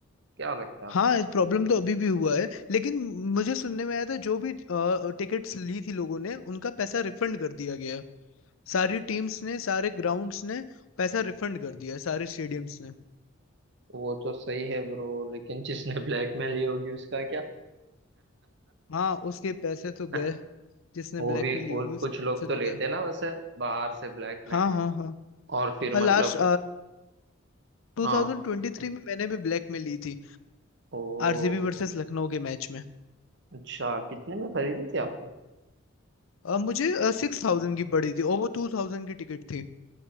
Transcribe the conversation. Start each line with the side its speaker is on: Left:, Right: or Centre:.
Right: क्या लगता है?
Left: हाँ प्रॉब्लम तो अभी भी हुआ है लेकिन मुझे सुनने में आया था जो भी टिकट्स ली थी लोगों ने उनका पैसा रिफंड कर दिया गया है सारी टीम्स ने सारे ग्राउंड्स ने पैसा रिफंड कर दिया है सारे स्टेडियम्स ने
Right: वो तो सही है ब्रो लेकिन जिसने ब्लैकमेल ली होगी उसका क्या
Left: हाँ उसके पैसे तो गए
Right: <laughs>
Left: जिसने
Right: वो
Left: ब्लैक
Right: भी
Left: में ली
Right: वो
Left: होंगी उससे
Right: कुछ लोग तो
Left: तो
Right: लेते
Left: गए
Right: हैं ना वैसे बाहर से ब्लैक में
Left: हाँ हाँ हाँ
Right: और फिर
Left: और लास्ट
Right: मतलब
Left: 2023
Right: हाँ
Left: में मैंने भी ब्लैक में ली थी
Right: ओ
Left: आरसीबी वर्सेस लखनऊ के मैच में
Right: अच्छा कितने में खरीदी थी आपने
Left: अ, मुझे सिक्स थाउजेंड की पड़ी थी और वो टू थाउजेंड की टिकट थी